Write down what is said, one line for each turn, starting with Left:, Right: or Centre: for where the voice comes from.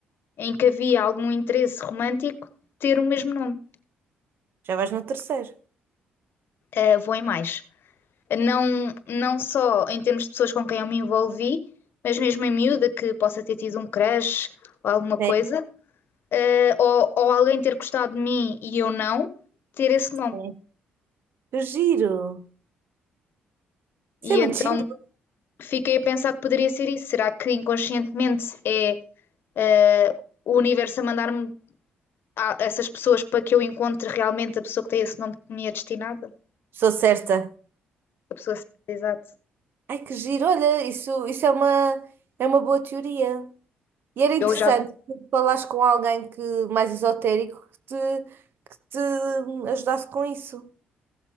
Left: em que havia algum interesse romântico, ter o mesmo nome.
Right: já vais no terceiro.
Left: Eh, vou em mais. Não, não só em termos de pessoas com quem eu me envolvi, mas mesmo em miúda que possa ter tido um crush ou alguma coisa
Right: Sim,
Left: eh, ou, ou alguém ter gostado de mim e eu não, ter esse nome.
Right: sim. Que giro.
Left: E
Right: Isso é muito
Left: então
Right: giro.
Left: fiquei a pensar que poderia ser isso. Será que inconscientemente é eh, o universo a mandar-me a essas pessoas para que eu encontre realmente a pessoa que tem esse nome que me é destinada?
Right: Sou certa.
Left: A pessoa certa, exato.
Right: Ai, que giro. Olha, isso, isso é uma, é uma boa teoria. E era interessante
Left: Eu já,
Right: tu falares com alguém que, mais esotérico que te, que te ajudasse com isso.